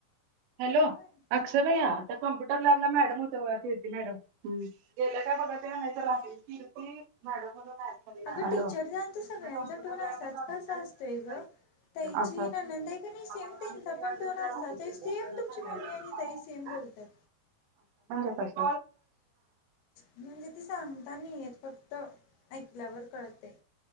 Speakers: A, on the right; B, on the left.
A: हॅलो
B: होय.
A: अक्षय भया. आता कॉम्प्युटर लॅबला मॅडम होत, कीर्ती मॅडम गेले काय बघा ते राहतील कीर्ती मॅडम., आहेत मध्ये
B: अगं
A: हॅलो
B: टीचर तर सगळ्यांचा
A: कम्प्युटर
B: टोन असाच
A: लॅब ला नव्हती
B: कसा
A: तर
B: असतोय
A: इकडचं
B: गं.
A: जायचं.
B: जी ननंद नाही सेम
A: आपण
B: त्यांचा
A: आम्ही सगळे
B: पण
A: अभ्यास करायला
B: टोन असचं
A: होतो त्यांना
B: सेम तुमची
A: सांगायला
B: मम्मी
A: पाहिजे.
B: आणि ताई सेम बोलतात.
A: <unintelligible> ठीक
B: म्हणजे ते सांगता नाही येत फक्त ऐकल्यावर कळते.